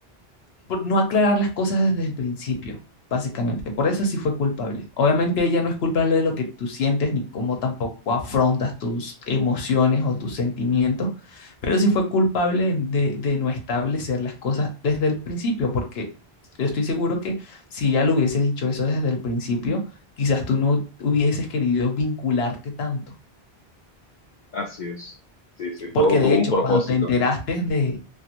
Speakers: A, on the left (about 75°); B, on the left (about 55°).
A: por no aclarar las cosas desde el principio, básicamente. Por eso sí fue culpable. Obviamente ella no es culpable de lo que tú sientes ni cómo tampoco afrontas tus emociones o tus sentimientos, pero sí fue culpable de, de no establecer las cosas desde el principio, porque yo estoy seguro que si ella lo hubiese dicho eso desde el principio, quizás tú no hubieses querido vincularte tanto.
B: Así es. Sí, sí, todo
A: Porque
B: tuvo
A: de hecho,
B: un propósito.
A: cuando te enteraste de,